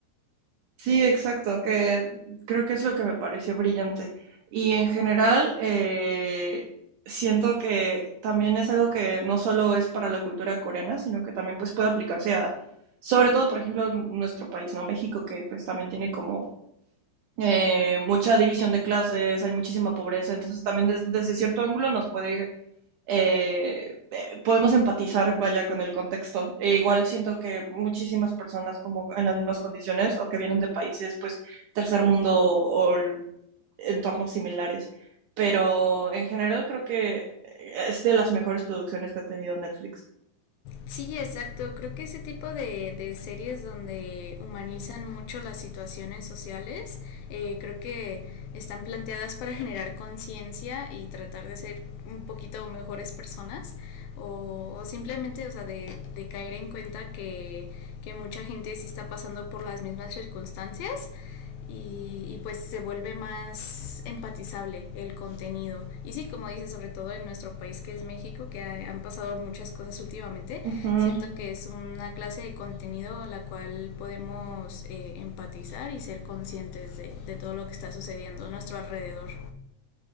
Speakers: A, on the right; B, on the left.
A: Sí, exacto, que creo que es lo que me pareció brillante. Y en general, eh, siento que también es algo que no solo es para la cultura coreana, sino que también pues puede aplicarse a, sobre todo, por ejemplo, nuestro país, ¿no? México, que pues también tiene como eh, mucha división de clases, hay muchísima pobreza, entonces también des- desde cierto ángulo nos puede eh, eh, podemos empatizar, vaya, con el contexto. E igual siento que muchísimas personas como en las mismas condiciones o que vienen de países, pues, tercer mundo o entornos similares. Pero en general creo que es de las mejores producciones que ha tenido Netflix.
B: Sí, exacto. Creo que ese tipo de, de series donde humanizan mucho las situaciones sociales, eh, creo que están planteadas para <laughs> generar conciencia y tratar de ser un poquito mejores personas o, o simplemente, o sea, de, de caer en cuenta que, que mucha gente sí está pasando por las mismas circunstancias y, y, pues se vuelve más empatizable el contenido. Y sí, como dice, sobre todo en nuestro país que es México, que ha, han pasado muchas cosas últimamente,
A: Ujú.
B: siento que es una clase de contenido a la cual podemos eh, empatizar y ser conscientes de, de todo lo que está sucediendo a nuestro alrededor.